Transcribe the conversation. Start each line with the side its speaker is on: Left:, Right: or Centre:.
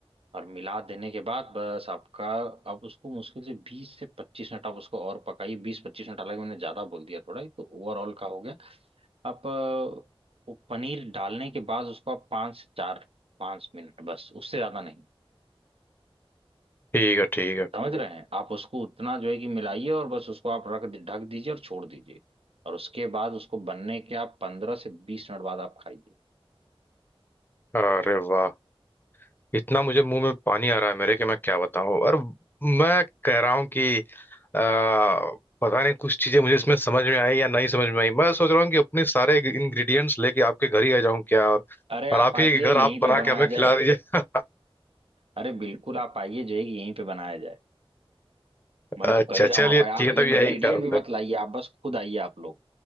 Right: और मिला देने के बाद बस आपका आप उसको मुश्किल से बीस से पच्चीस मिनट आप उसको और पकाइए बीस पच्चीस मिनट हालांकि मैंने ज्यादा बोल दिया थोड़ा ही तो ओवरऑल का हो गया आप अ, वो पनीर डालने के बाद उसको आप पाँच से चार पाँच मिनट बस उससे ज्यादा नहीं
Left: ठीक है ठीक है
Right: समझ रहे हैं आप उसको उतना जो है कि मिलाइए और बस उसको आप रख दि- ढक दीजिए और छोड़ दीजिए और उसके बाद उसको बनने के आप पंद्रह से बीस मिनट बाद आप खाइए
Left: अरे वाह इतना मुझे मुंह में पानी आ रहा है मेरे कि मैं क्या बताऊं और मैं कह रहा हूं कि आ, पता नहीं कुछ चीजें मुझे इसमें समझ में आई या नहीं समझ में आई मैं सोच रहा हूँ कि अपने सारे इंग्रेडिएंट्स लेके आपके घर ही आ जाऊं क्या और
Right: अरे आप
Left: और आप
Right: आइए
Left: ही के घर
Right: यहीं
Left: आप
Right: पे
Left: बना के
Right: बनाया
Left: हमें खिला
Right: जाए
Left: दीजिए
Right: अरे बिल्कुल आप आइए जो है कि यहीं पे बनाया जाए
Left: <laughs>
Right: मैं
Left: अच्छा
Right: तो कह ही
Left: चलिए
Right: रहा हूँ आप आइए।
Left: ठीक
Right: आप
Left: है
Right: इंग्रेडिएंट
Left: तब यही कर
Right: भी मत लाइए आप बस खुद आइए आप लोग